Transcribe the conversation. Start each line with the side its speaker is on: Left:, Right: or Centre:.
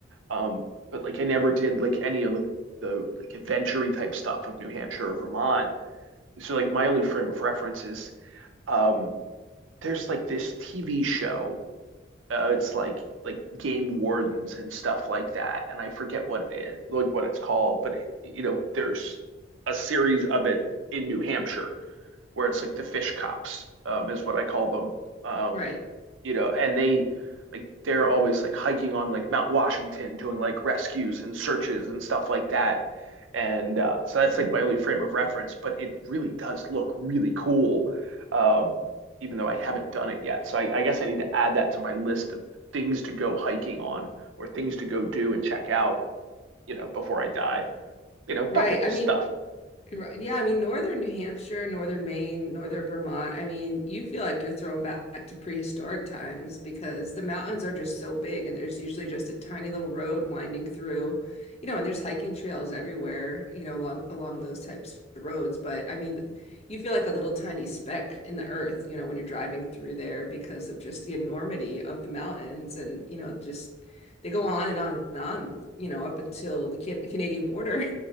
Right: Um, but like I never did like any of like the like adventure type stuff of New Hampshire or Vermont. So like my only frame of reference is um there's like this TV show uh, it's like like game wardens and stuff like that. And I forget what it is, like what it's called, but it, you know, there's a series of it in New Hampshire where it's like the fish cops um, is what I call them. Um,
Left: Right.
Right: you know, and they like they're always like hiking on like Mount Washington doing like rescues and searches and stuff like that. And uh, so that's like my only frame of reference, but it really does look really cool, um, even though I haven't done it yet. So I, I guess I need to add that to my list of things to go hiking on or things to go do and check out, you know, before I die. You know, bucket
Left: Right.
Right: list
Left: I mean,
Right: stuff.
Left: r- yeah, I mean, northern New Hampshire, northern Maine, northern Vermont. I mean, you feel like you're thrown back to prehistoric times because the mountains are just so big and there's usually just a tiny little road winding through, you know, and there's hiking trails everywhere, you know, along along those types of roads. But I mean, you feel like a little tiny speck in the earth, you know, when you're driving through there because of just the enormity of the mountains and, you know, just they go on and on and on, you know, up until the can- Canadian border.